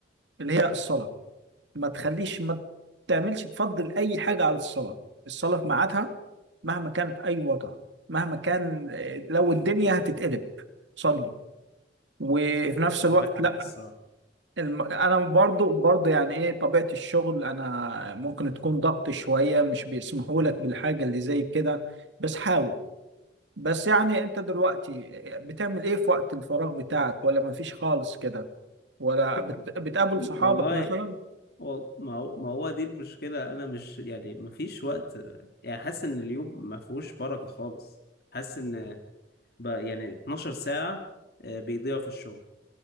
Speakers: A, on the right; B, on the left.
A: اللي هي الصلاة ما تخليش ما تعملش تفضل اي حاجة على الصلاة الصلاة في ميعادها مهما كانت اي وضع مهما كان لو الدنيا هتتقلب صلي وفي نفس الوقت
B: معاك حق
A: لا
B: الصراحة
A: الم... انا برضو برضو يعني ايه طبيعة الشغل انا ممكن تكون ضغط شوية مش بيسمحوا لك بالحاجة اللي زي كده بس حاول بس يعني انت دلوقتي بتعمل ايه في وقت الفراغ بتاعك ولا مفيش خالص كده ولا
B: <laughs>
A: بت... بتقابل صحابك
B: والله
A: مثلا
B: وال... ما هو ما هو دي المشكلة أنا مش يعني مفيش وقت يعني حاسس إن اليوم ما فيهوش بركة خالص حاسس إن ب... يعني 12 ساعة آه، بيضيعوا في الشغل